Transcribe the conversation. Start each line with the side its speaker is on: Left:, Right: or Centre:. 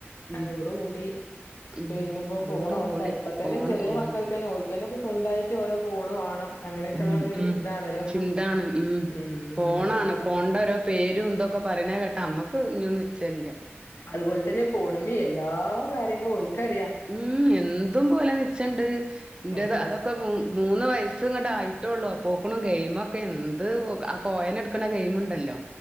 Right: ഉം
Left: അതോടുകൂടി.
Right: ഉം
Left: പിന്നെപ്പോ
Right: അതോട്
Left: ഫോണ് ഓൽതായി
Right: കൂടി
Left: ഇപ്പതന്നെ
Right: ഇപ്പൊ ഫോൺ
Left: ചെറിയ
Right: ഓൽതാ
Left: മക്കക്കന്നെ ഓല്ക്കന്നെപ്പൊ സ്വന്തായിട്ട് ഓരോ ഫോണ് വാ ണം അങ്ങനെക്കെള്ളൊര്
Right: ഉം ഉം
Left: ഇതാണല്ലോ.
Right: ചിന്താണ് ഉം
Left: ഉം
Right: ഫോണാണ്
Left: അതന്നെ.
Right: ഫോണിന്റെ ഓരോ പേരും തൊക്കെ പറയണെ കേട്ടാ അമ്മക്ക് ഇഞ്ഞും നിച്ചല്ല്യ.
Left: അത്പോല്തന്നെ ഫോണ്മ്മി എല്ലാ കാര്യങ്ങളും ഓൽക്കറിയാ.
Right: ഉം എന്തും പോലെ നിച്ചണ്ട് ഇന്റത്
Left: അപ്പൊ
Right: അതൊക്കെ. മൂന്ന് വയസ്സ് ഇങ്ങട്ട് ആയിട്ടൊള്ളു അപ്പോക്ക്ണും ഗെയിമൊക്കെ എന്ത് ആ കോയനെട്ക്ക്ണ ഗെയിമ്ണ്ടല്ലോ.